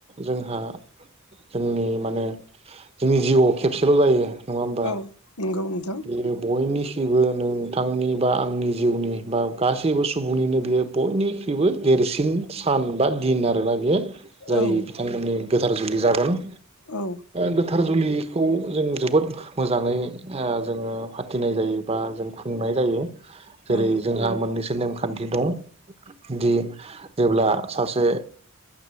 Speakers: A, on the right (about 25°); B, on the left (about 80°).
A: जोंहा जोंनि माने जोंनि जिउआव खेबसेल' जायो नङा होमबा
B: औ नंगौ नोंथां
A: बियो बयनि निबो नोंथांनि बा आंनि जिउनि बा गासैबो सुबुंनिनो बियो बयनि निबो देरसिन सान बा दिन आरोना बियो जाय
B: औ
A: बिथांमोननि गोथार जुलि जागोन
B: औ
A: गोथार जुलिखौ जों जोबोद मोजाङै जोङो फाथिनाय जायो बा जों खुंनाय जायो जेरै
B: औ
A: जोंहा मोननैसो नेमखान्थि <unintelligible> दि जेब्ला सासे